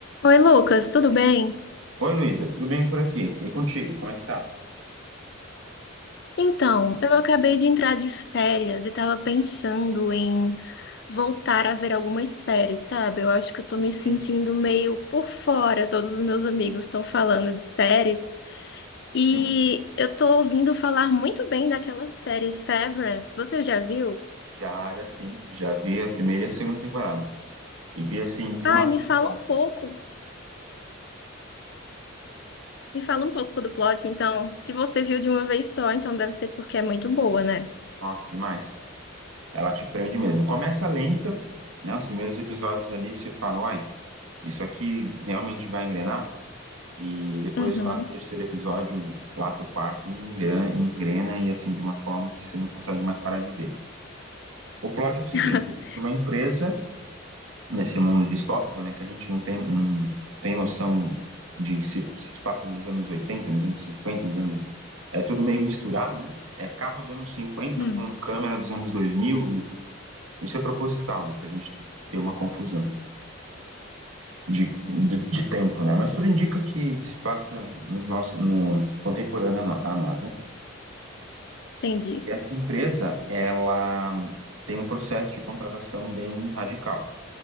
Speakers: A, on the left (about 50°); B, on the right (about 80°).
A: Oi, Lucas, tudo bem?
B: Oi, Luísa, tudo bem por aqui? E contigo, como é que tá?
A: Então, eu acabei de entrar de férias e estava pensando em voltar a ver algumas séries, sabe? Eu acho que eu tô me
B: Sim,
A: sentindo meio por fora, todos os meus amigos estão falando de séries e
B: sim.
A: eu tô ouvindo falar muito bem daquela série Severance. Você já viu?
B: Já, já sim. Já vi a primeira e a segunda temporadas. E vi assim, de
A: Ai,
B: uma
A: me
B: vez
A: fala
B: só.
A: um
B: assim.
A: pouco, me fala um pouco do plot, então. Se você viu de uma vez só, então deve ser porque é muito boa, né?
B: Nossa, demais. Ela te prende mesmo. Começa lenta, né? Os primeiros episódios ali você fala, uai, isso aqui realmente vai engrenar? E depois
A: Uhum.
B: lá do terceiro episódio, lá pro quarto, engrena, engrena e assim, de uma forma que você não consegue mais parar de ver. O plot é o seguinte,
A: <laughs>
B: existe uma empresa nesse mundo distópico, né, que a gente não tem, não tem noção de se, se passa nos anos 80, nos anos 50, nos anos... É tudo meio misturado, né? É carro dos anos 50
A: Hum,
B: com câmera dos anos 2000, e isso é proposital, né, pra gente ter uma confusão de, de, de tempo, né? Mas tudo indica que se passa nos nossos, no contemporâneo a nós, né?
A: entendi.
B: E essa empresa, ela tem um processo de contratação bem radical.